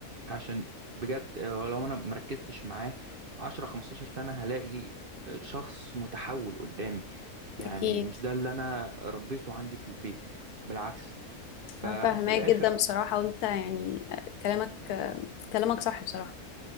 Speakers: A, on the right; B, on the left.
A: عشان بجد آه، لو انا مركزتش معاه 10 15 سنة هلاقي آه، شخص متحول قدامي يعني
B: أكيد
A: مش ده اللي انا ربيته عندي في البيت بالعكس ففي
B: أنا فاهماك
A: الاخر
B: جدا بصراحة وأنت يعني كلامك كلامك صح بصراحة